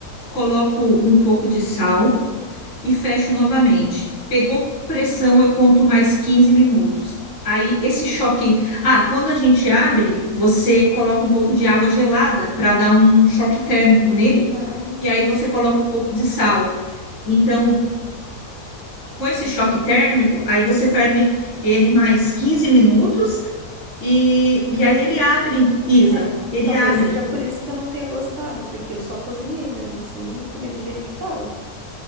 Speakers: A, on the left; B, on the right.
A: coloco um pouco de sal e fecho novamente. Pegou pressão, eu conto mais 15 minutos. Aí esse choque, ah, quando a gente abre, você coloca um pouco de água gelada para dar um choque térmico nele,
B: ah,
A: e aí você coloca um pouco de sal. Então, com esse choque térmico, aí você ferve ele mais 15 minutos e, e aí ele abre, Isa,
B: é.
A: ele
B: Talvez
A: abre.
B: seja por isso que eu não tenha gostado, porque eu só cozinhei mesmo assim e comi do jeito que tava.